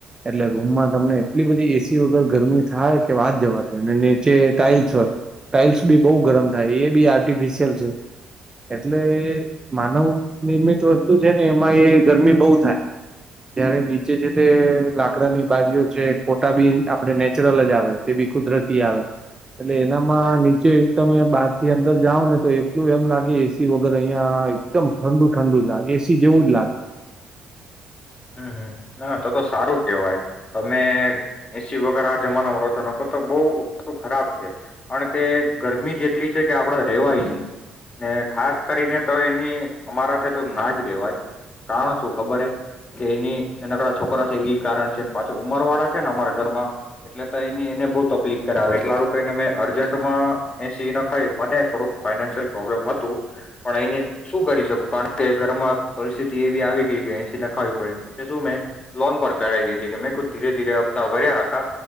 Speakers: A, on the right (about 25°); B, on the left (about 30°).
A: એટલે રૂમમાં તમને એટલી બધી એસી વગર ગરમી થાય કે વાત જવા દ અને નીચે ટાાઈલ્સ હોય ટાાઈલ્સ બી બહ ગરમ થાય એ બી આર્ટિફિશિયલ છે એટલે માનવ નિર્મિત વસ્તુ છે. ને એમાં એ ગરમી બહુ થાય, જય્યારે નીચે જે તે લાકડાની બારીઓ છે કોટા બી આપે નેચરલ જ આવે તે બી કુદરતી આવે, એટલે એનામાં નીચે તમે બહારથી અંદર જાઓ ને તો એટલું એમ લાગે એસી વગર અહિયાં એકદમ ઠંડુ ઠંડુ લે એ જેવું જ લાગે.
B: હમ હમ ના તો તો સારું કેહેવાય તમે એસી વગેરે આ જમાનામાં રો છો નખો તો બહ વસ્તુ ખરાબ છે કારણ કે ગરમી જેટલી છે કે આપડ રેવાય ન ને ખાસ કરીને તો એની અમારા તો ના જ રેવાય કારણ શું ખબર હ. કે એની નનકડા છોકરા છે એ કારણ છે પાછા ઉંમર વાળા છે ને અમારા ઘરમાં એટલે તો એની એને બહુ તકલીક કરાવે એટલેારું કઈને મેં અર્જન્ટમાં એસી ના ખાય મને થોડુંક ફાઈનાન્શિયલ પ્રોબ્લેમ હતું પણ એની શું કરી શકું કારણ કે ઘરમાં પરિસ્થિતિ એવી આવી ગઈ કે એસી ન ખાય પડ તે શું મે લોન પર કરાવી દીધી કે મેં ક ધીરે ધીરે હપ્તા ભર્યા રાખા